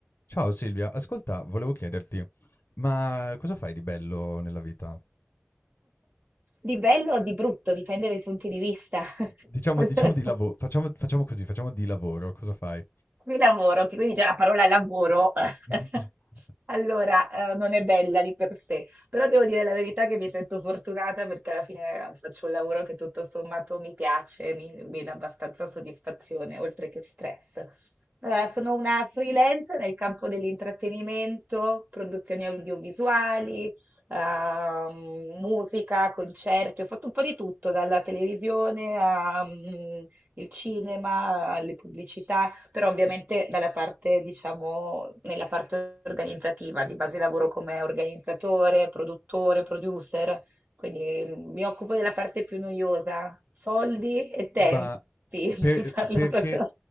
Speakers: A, on the left; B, on the right.
A: Ciao Silvia, ascolta, volevo chiederti, ma cosa fai di bello nella vita?
B: Di bello o di brutto, dipende dai punti di vista. <laughs>
A: Diciamo,
B: Allora,
A: diciamo di lavoro, facciamo, facciamo così, facciamo di lavoro, cosa fai?
B: Qui lavoro, che quindi già la parola lavoro
A: <laughs>
B: <laughs> allora, ehm, non è bella di per sé, però devo dire la verità che mi sento fortunata perché alla fine eh, faccio un lavoro che tutto sommato mi piace, mi, mi dà abbastanza soddisfazione, oltre che stress. Eh, sono una freelance nel campo dell'intrattenimento, produzioni audiovisuali, ehm, musica, concerti, ho fatto un po' di tutto, dalla televisione al cinema, alle pubblicità, però ovviamente dalla parte, diciamo, nella parte organizzativa, di base lavoro come organizzatore, produttore, producer, quindi mm, mi occupo della parte più noiosa, soldi e tempi,
A: Ma per
B: <laughs> per farla
A: perché
B: proprio...